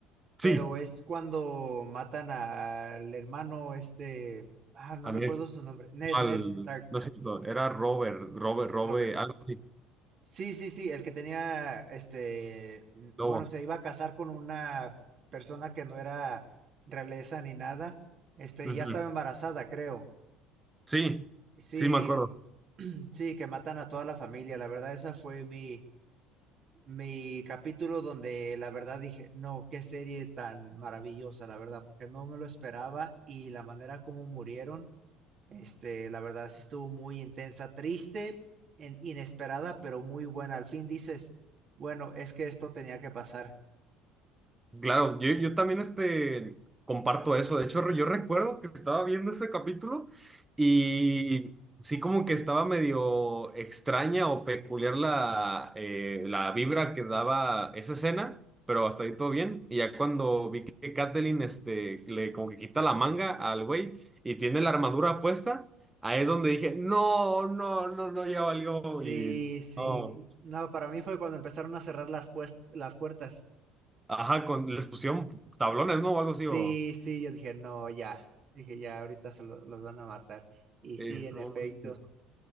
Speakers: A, on the right (about 15°); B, on the right (about 45°).
A: Sí,
B: pero es cuando matan al hermano este, ah, no
A: a
B: recuerdo
A: mí,
B: su nombre, Ned,
A: no,
B: Ned
A: al,
B: Stark,
A: no es cierto, era Robert, Robert, Robert,
B: Robert.
A: algo así,
B: Sí, sí, sí, el que tenía este, mm,
A: Lobo.
B: bueno, se iba a casar con una persona que no era realeza ni nada, este,
A: Ujú.
B: y ya estaba embarazada, creo.
A: Sí,
B: Sí,
A: sí me acuerdo.
B: sí, que matan a toda la familia, la verdad esa fue mi mi capítulo donde la verdad dije, no, qué serie tan maravillosa, la verdad, porque no me lo esperaba y la manera como murieron, este, la verdad sí estuvo muy intensa, triste, en- inesperada, pero muy buena. Al fin dices, bueno, es que esto tenía que pasar.
A: Claro, yo, yo también este, comparto eso. De hecho, yo recuerdo que estaba viendo ese capítulo y
B: Ujú.
A: sí como que estaba medio extraña o peculiar la, eh, la vibra que daba esa escena, pero hasta ahí todo bien. Y ya cuando vi que Kathleen este, le como que quita la manga al güey y tiene la armadura puesta, ahí es donde dije, no, no, no, no, ya valió.
B: Sí,
A: Y
B: sí.
A: no,
B: No, para mí fue cuando empezaron a cerrar las, pues- las puertas.
A: ajá, con, les pusieron tablones, ¿no? O algo
B: Sí,
A: así. O,
B: sí, yo dije, no, ya. Dije, ya, ahorita se lo- los van a matar. Y
A: estuvo
B: sí, en efecto.
A: muy... intenso.